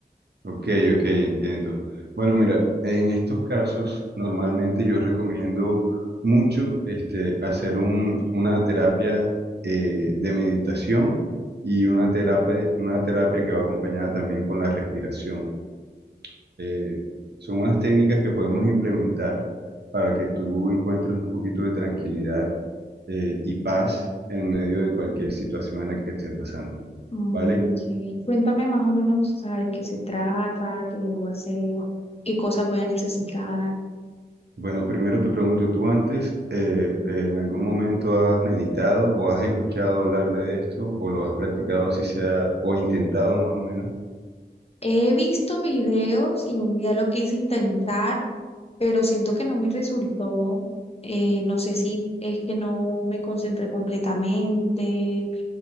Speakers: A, on the right; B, on the left.
A: Ok, ok, entiendo. Bueno, mira, en estos casos normalmente yo recomiendo mucho este, hacer un- una terapia eh, de meditación y una terapia, una terapia que va acompañada también con la respiración. Eh, son unas técnicas que podemos implementar para que tú encuentres un poquito de tranquilidad eh, y paz en medio de cualquier situación en la que estés pasando,
B: Mm,
A: ¿vale?
B: sí. Cuéntame más o menos, ¿sabe qué se trata? ¿Qué debo hacer? ¿Qué cosas voy a necesitar?
A: Bueno, primero te pregunto, ¿tú antes eh, eh, en algún momento has meditado o has escuchado hablar de esto o lo has practicado así sea o intentado más o menos?
B: He visto videos y un día lo quise intentar pero siento que no me resultó, eh, no sé si es que no me concentré completamente,